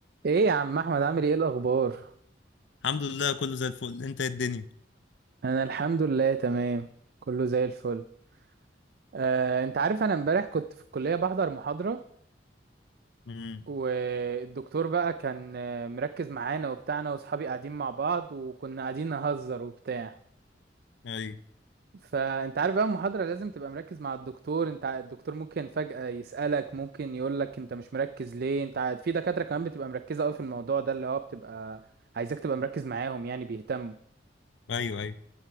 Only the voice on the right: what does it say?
ايه يا عم احمد عامل ايه الاخبار
انا الحمد لله تمام كله زي الفل آه، انت عارف انا امبارح كنت في الكليه بحضر محاضره
والدكتور بقى كان آه، مركز معانا وبتاعنا واصحابي قاعدين مع بعض وكنا قاعدين نهزر وبتاع
فانت عارف بقى المحاضره لازم تبقى مركز مع الدكتور انت ع- الدكتور ممكن فجاه يسالك ممكن يقولك انت مش مركز ليه انت ع- في دكاتره كمان بتبقى مركزه قوي في الموضوع ده اللي هو بتبقى عايزك تبقى مركز معاهم يعني بيهتموا